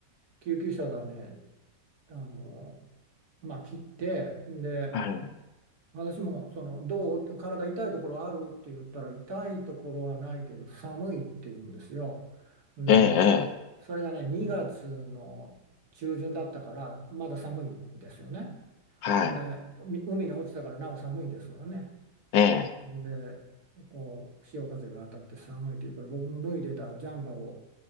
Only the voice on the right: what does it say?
救急車がね、あの、まあ、来て、で、
私もその、どう体痛いところあるって言ったら、痛いところはないけど、寒いって言うんですよ。で、
それがね、2月の中旬だったから、まだ寒いんですよね。
ね、海海に落ちたからなお寒いですわね。
で、こう潮風が当たって寒いというから、僕も脱いでたジャンバーを、